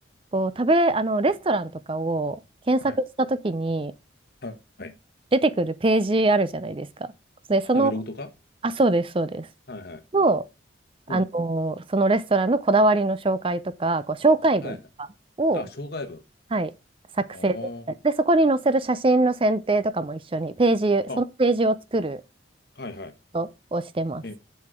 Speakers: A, on the right; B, on the left.
A: こう、食べ、あの、レストランとかを検索したときに
B: はい、はいはい。
A: 出てくるページあるじゃないですか。で、その、
B: 食べログとか
A: あ、そうです、そうです。
B: はい、はい。
A: のあの、
B: うん。
A: そのレストランのこだわりの紹介とか、こう紹介文とかを、
B: はい、はい。あ、障害文。
A: はい、作成で、
B: あ
A: そこに載せる写真の選定とかも一緒に、ページ、
B: あ。
A: そのページを作る
B: あ、はい、はい。
A: ことをしてます。
B: え、